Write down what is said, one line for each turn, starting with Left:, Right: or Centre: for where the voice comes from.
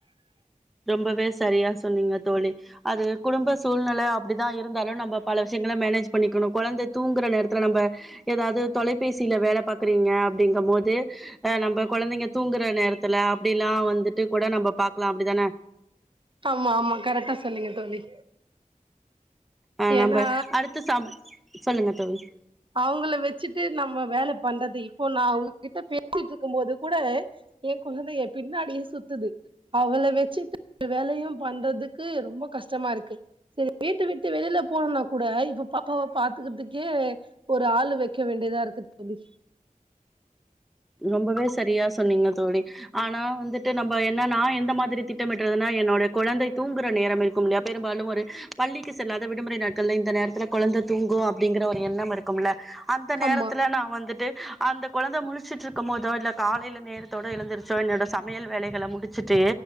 Centre: ரொம்பவே சரியா சொன்னீங்க தோழி அது குடும்ப சூழ்நில அப் அப்டிதா இருந்தாலு நம்ம பல விஷயங்கள மேனேஜ் பண்ணிக்கணு கொழந்த தூங்குற நேரத்ல நம்ப எதாது தொலைபேசில வேல பாக்குறீங்க அப்டிங்க போது ஆ நம்ப கொழந்தைங்க தூங்குற நேரத்துல அப்டில்லா வந்துட்டு கூட நம்ப பாக்லா அப்டிதானே
Right: ஆமா ஆமா கரெக்டா சொன்னீங்க தோழி
Centre: அ
Right: ஏன்னா
Centre: நம்ப அடுத்த சம சொல்லுங்க தோழி
Right: அவ்ங்கள வச்சுட்டு நம்ம வேல பண்றது இப்போ நா உங்ககிட்ட பேசிட்டு இருக்கும் போது கூட ஏ கொழந்த ஏ பின்னாடியே சுத்துது அவள வச்சுட்டு வேலயு பண்றதுக்கு ரொம்ப கஷ்டமா இருக்கு சரி வீட்ட விட்டு வெளில போனூனா கூட இப்ப பாப்பாவ பாத்துக்கிறதுக்கே ஒரு ஆளு வெக்க வேண்டியதா இருக்கு தோழி
Centre: ரொம்பவே சரியா சொன்னீங்க தோழி ஆனா வந்துட்டு நம்ப என்னனா நா எந்த மாதிரி திட்டமிறதுன்னா என்னோட குழந்தை தூங்குற நேரம் இருக்குமில்லையா பெரும்பாலும் ஒரு பள்ளிக்கு செல்லாத விடுமுறை நாட்கள்ள இந்த நேரத்தில கொழந்த தூங்கு அப்டிங்கிற ஒரு எண்ணம் இரு குமுல அந்த நேரத்துல
Right: ஆமா
Centre: நா வந்துட்டு அந்த கொழந்த முழுச் சிட்டு இருக்கும் போதோ இல்ல காலேயில நேரத்தோட எழுந்திருச்சோ என்னோடய சமையல் வேலைகள முடிச்சிட்டு